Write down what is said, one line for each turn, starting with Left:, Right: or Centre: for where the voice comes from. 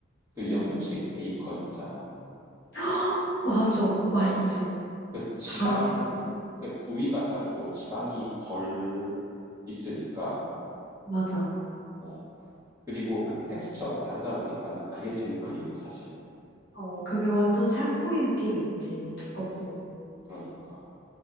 Right: 그
Left: 음.
Right: 영국식 베이컨 있잖아.
Left: <gasps> 맞아. 맛있지.
Right: 어, 그 지방이,
Left: 다르지.
Right: 그 부위가 다르고 지방이 덜 있으니까,
Left: 맞아.
Right: 어, 그리고 그 텍스처가 다르다 보니까 난 그게 제일 그리워, 사실.
Left: 어, 그게 완전 살코기 느낌이 있지. 두껍고.
Right: 음, 그러니까.